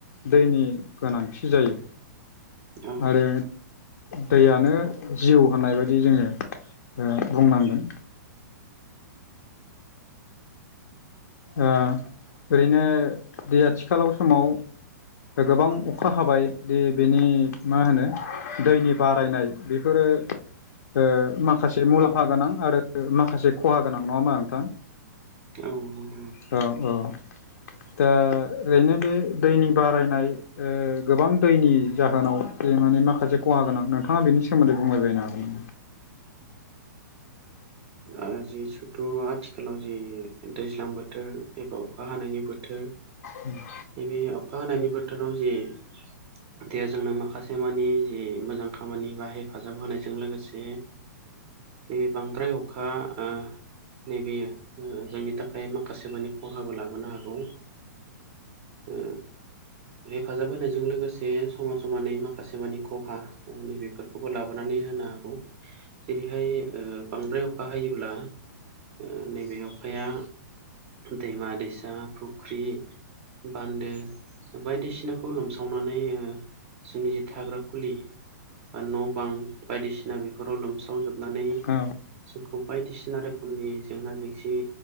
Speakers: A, on the left; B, on the right.
A: दैनि गोनांथि जायो
B: औ
A: आरो दैयानो जिउ होननाय बायदि जोंङो बुंनांगोन ओ ओरैनो दै आथिखालाव समाव दा गोबां अखा हाबाय दि बेनि मा होनो दैनि बारायनाय बेफोरो ओ माखासे मुलाम्फा गोनां आरो माखासे खहा गोनां नंङाहोमबा नोंथां
B: औ नं
A: औ औ दा ओरैनो बे दैनि बारायनाय ओ गोबां दैनि जाहोनाव जे माने माखासे खहा गोनां नोंथांङा बेनि सोमोन्दै बुंबायबायनो हागोन ना
B: औ जि सुथु आथिखालाव जि दैज्लां बोथोर थोर एबा अखा हानायनि बोथोर
A: उम <inaudible>
B: नैबे अखा हानायनि बोथोराव जे दैया जोंना माखासे मानि जि मोजां खामानि बा हेफाजाब होनायजों लोगोसे नैबे बांद्राय अखा ओ नैबेयो ओ जोंनि थाखाय माखासे मानि खहाबो लाबोनो हागौ ओ हेफाजाब होनायजों लोगोसे समान समानै माखासे मानि खहा नैबेफोर खौ लाबोनानै होनो हागौ जेरै हाय ओ बांद्राय अखा हायोब्ला ओ नैबे अखाया दैमा दैसा फुख्रि बान्दो बायदिसिनाखौ लोमसावनानै जोंनि जि थाग्रा खुलि बा न' बां बायदिसिना बेफोराव लोमसाव जोब नानै
A: औ
B: जोंखौ बायदिसिना रोखोमनि जेंना जेंसि